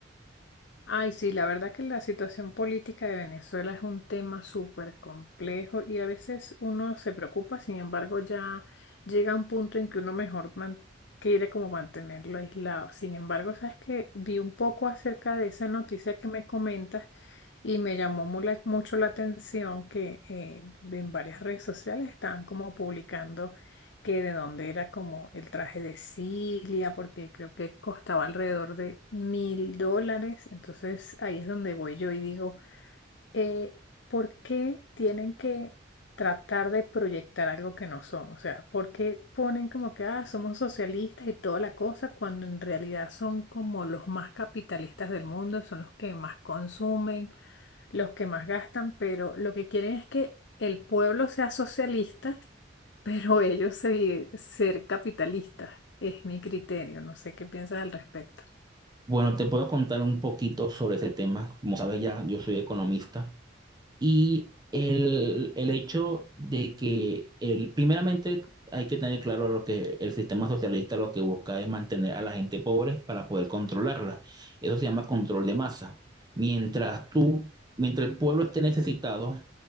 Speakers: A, on the left; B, on the right.
A: Ay, sí, la verdad que la situación política de Venezuela es un tema súper complejo y a veces uno se preocupa, sin embargo, ya llega un punto en que uno mejor man- quiere como mantenerlo aislado. Sin embargo, sabes que vi un poco acerca de esa noticia que me comentas Y me llamó mu- la- mucho la atención que eh, en varias redes sociales estaban como publicando que de dónde era como el traje de Cilia, porque creo que costaba alrededor de mil dólares. Entonces ahí es donde voy yo y digo, eh, ¿por qué tienen que tratar de proyectar algo que no son? O sea, ¿por qué ponen como que, ah, somos socialistas y toda la cosa, cuando en realidad son como los más capitalistas del mundo, son los que más consumen, los que más gastan, pero lo que quieren es que el pueblo sea socialista, <laughs> pero ellos se, ser capitalistas. Es mi criterio, no sé qué piensas al respecto.
B: Bueno, te puedo contar un poquito sobre ese tema. Como sabes ya, yo soy economista y el, el hecho de que el, primeramente hay que tener claro lo que el sistema socialista lo que busca es mantener a la gente pobre para poder controlarla. Eso se llama control de masa. Mientras tú, mientras el pueblo esté necesitado